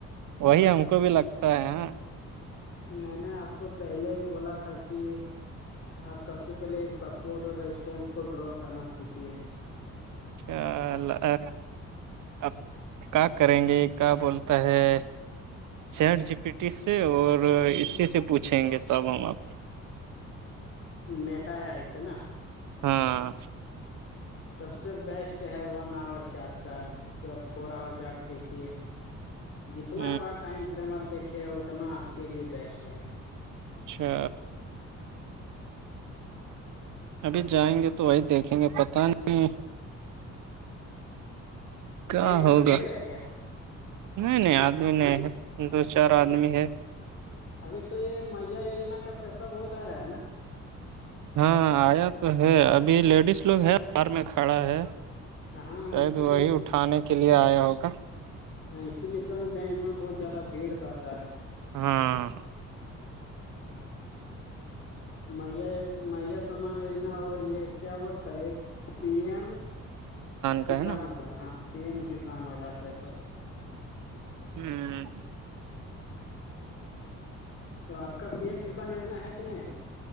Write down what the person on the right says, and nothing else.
وہی ہم کو بھی لگتا ہے ہاں
چ <inaudible> اب کا کریں گے کیا بولتا ہے چیٹ جی پی ٹی سے اور اسی سے پوچھیں گے صاحب ہم آپ
ہاں
ہ
اچھا ابھی جائیں گے تو وہی دیکھیں گے پتہ نہیں کیا
ہوگا
نہیں نہیں آدمی نہیں ہے دو چار آدمی ہے
ہاں آیا تو ہے ابھی لیڈیز لوگ ہے باہر میں کھڑا ہے
شاید
وہی اٹھانے کے لیے آیا ہوگا
ہاں
کا
ہے نا
ہوں